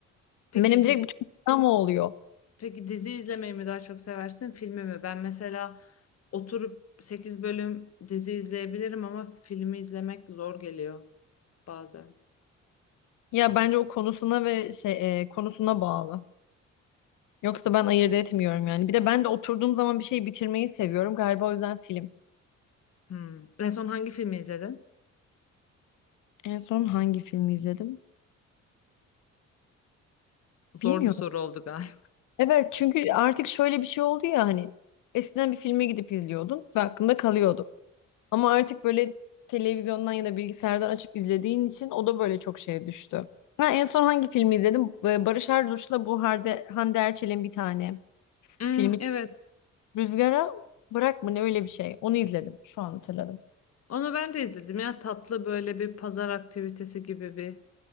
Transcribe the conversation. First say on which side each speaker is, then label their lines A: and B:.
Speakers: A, on the left (about 55°); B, on the left (about 85°).
A: <laughs> Peki
B: Benim
A: dizi
B: direkt bütün drama oluyor.
A: peki dizi izlemeyi mi daha çok seversin filmi mi? Ben mesela oturup 8 bölüm dizi izleyebilirim ama filmi izlemek zor geliyor bazen.
B: Ya bence o konusuna ve şey e, konusuna bağlı. Yoksa ben ayırt etmiyorum yani. Bir de ben de oturduğum zaman bir şey bitirmeyi seviyorum. Galiba o yüzden film.
A: Hmm. En son hangi filmi izledin?
B: En son hangi filmi izledim?
A: Zor
B: Bilmiyorum.
A: bir soru oldu galiba.
B: Evet çünkü artık şöyle bir şey oldu ya hani eskiden bir filme gidip izliyordun ve aklında kalıyordu. Ama artık böyle televizyondan ya da bilgisayardan açıp izlediğin için o da böyle çok şeye düştü. Ha, en son hangi filmi izledim? Ee, Barış Arduç'la bu Hande, Hande Erçel'in bir tane
A: Hmm,
B: filmi
A: evet.
B: Rüzgara Bırak mı ne öyle bir şey. Onu izledim. Şu an hatırladım.
A: Onu ben de izledim ya tatlı böyle bir pazar aktivitesi gibi bir